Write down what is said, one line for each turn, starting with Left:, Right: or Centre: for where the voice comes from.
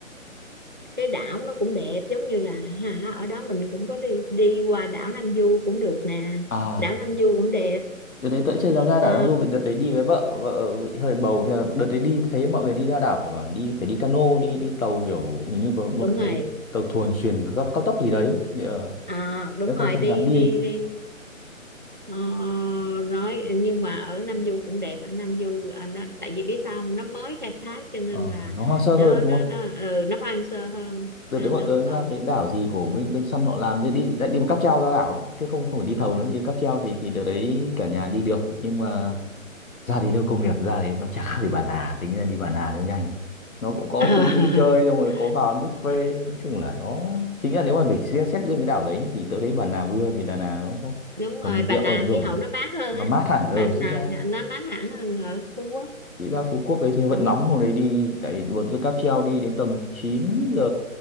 Right: cái đảo nó cũng đẹp giống như là hả ở đó mình cũng có đi đi qua đảo Nam Du cũng được nè
Left: à
Right: đảo Nam Du cũng đẹp
Left: Đợt đấy tớ chưa dám ra đảo
Right: Ờ,
Left: Nam Du vì đợt đấy đi với vợ vợ bị hơi bầu thì là đợt đấy đi thấy mọi người đi ra đảo phải bảo đi phải đi cano đi đi tàu kiểu hình như có một
Right: đúng
Left: cái
Right: rồi
Left: tàu thuyền xuyền cao, cao tốc gì đấy thì ờ,
Right: à, đúng
Left: tớ không
Right: rồi
Left: không
Right: đi
Left: dám đi
Right: đi đi Ờ, nói nhưng mà ở Nam Du cũng đẹp ở Nam Du à, nó, tại vì biết sao không? nó mới khai thác cho nên
Left: Ờ,
Right: là
Left: nó hoang sơ
Right: nó
Left: hơn đúng
Right: nó
Left: không
Right: nó ừ, nó hoang sơ hơn
Left: đợt
Right: cho
Left: đấy
Right: nên
Left: bọn
Right: nó
Left: tớ
Right: còn
Left: ra cái đảo gì của bên bên săn họ làm thì đi lại đi một cáp treo ra đảo ấy. chứ không không phải đi thầu nữa đi cáp treo thì thì đợt đấy cả nhà đi được nhưng mà ra thì nơi công nghiệp ra thì nó chả khác gì Bà Nà tính ra đi Bà Nà cho nhanh nó cũng có
Right: <laughs>
Left: khu vui chơi xong rồi có vào ăn buffet nói chung là nó chính là nếu mà phải xét xét riêng cái đảo đấy nhá, thì tớ thấy Bà Nà vui hơn vì Đà Nẵng nó có
Right: đúng
Left: hầm
Right: rồi Bà
Left: rượu
Right: Nà
Left: hầm dùng
Right: khí hậu nó mát hơn
Left: nó
Right: á
Left: mát hẳn
Right: Bà
Left: ừ
Right: Nà
Left: chứ ra
Right: nó mát hẳn hơn ở Phú Quốc
Left: chứ ra Phú Quốc đấy chứ
Right: ừ.
Left: vẫn nóng hôm đấy đi tại vì bọn tôi cáp treo đi đến tầm chín giờ